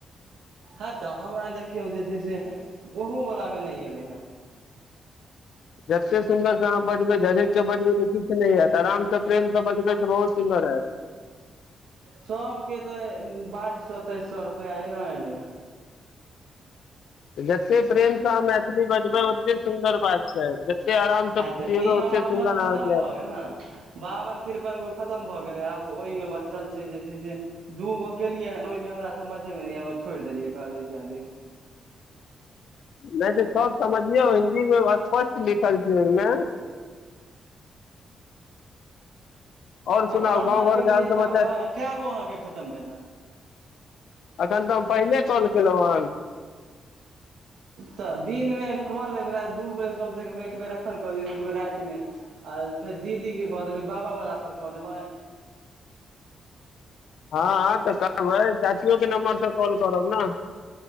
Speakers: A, on the right; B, on the left.
A: ह तऽ हमरा देखियौ जे छै से ओहु वला एलयू ह
B: जत्ते <inaudible> सुन्दरसँ अहाँ बजबय झजक केँ बजबय त किछु नहि <inaudible> प्रेम से बजबै तऽ बहुत सुन्दर हयत
A: सबकेँ तऽ बाइस सौ तेइस सौ रुपआ एना एलय हां। हन <inaudible>
B: जते प्रेमसँ अहाँ बजबय ओतेक सुन्दर <unintelligible> से
A: हय
B: बतियेबै
A: ई
B: ओते
A: वला
B: सुन्दर
A: हमर खतम
B: अहाँके
A: भ
B: हयत
A: गेल न बाबन तिरपन गोट खतम भ गेलै आब ओहिमे बच्चल छैक जे छै से दू गोट केलियै हन ओहिमे हमरा समझेमे नहि आयल छोड़ि देलियै कहलियै जाय दियउ
B: नै त सब समझियौ कि यौ स्पष्ट लिखल छैक ओहिमे आओर सुनाउ
A: आब अहाँ
B: गाँव
A: केलियै
B: घर के हाल समाचार
A: तो कैट गोट अहाँके खतम भेल हँ।
B: एखन त हम पहिनेे कॉल केलहुँ हन
A: तऽ दिनमे क लेब राति दू बेर कम सँ कम एक बेर एखन क दियउ एक बेर रातिमे आ फेर दीदीकेँ क देबय बाबा वला पर क देबय।
B: हाँ हाँ त क <inaudible> बै चाचियो केँ नम्बर सँ कॉल करब न